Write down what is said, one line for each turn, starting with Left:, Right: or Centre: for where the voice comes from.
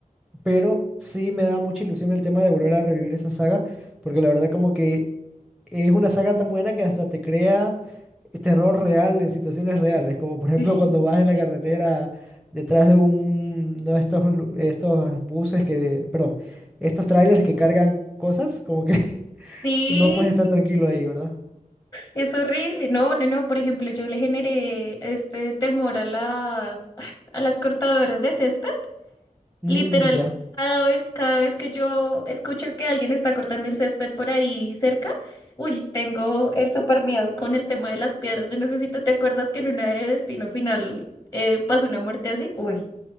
Centre: pero sí me da mucha ilusión el tema de volver a revivir esa saga, porque la verdad como que es una saga tan buena que hasta te crea terror real en situaciones reales, como por ejemplo
Left: Uy, Sí,
Centre: cuando
Left: es
Centre: vas en
Left: cierto.
Centre: la carretera detrás de un, no estos, lu- estos buses que, perdón, estos trailers que cargan cosas, como que <laughs>
Left: Sí,
Centre: no puedes estar
Left: sí,
Centre: tranquilo ahí, ¿verdad?
Left: es horrible. No, no, no. Por ejemplo, yo le generé este temor a las, ay, a las cortadoras de césped.
Centre: Mm,
Left: Literal,
Centre: ya.
Left: cada vez, cada vez que yo escucho que alguien está cortando el césped por ahí cerca, uy, tengo el súper miedo con el tema de las piedras. Yo necesito, ¿te acuerdas que en una de Destino Final eh, pasó una muerte así? Uy.